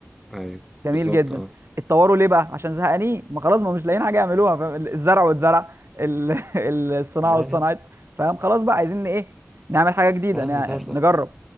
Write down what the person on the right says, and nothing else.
جميل
جدا
اتطوروا ليه بقى عشان زهقانين ما خلاص ما مش لاقيين حاجه يعملوها فاهم الزرع واتزرع ال- <laughs> الصناعه
واتصنعت فاهم خلاص بقى عايزين ايه نعمل حاجه جديده
نع-
نجرب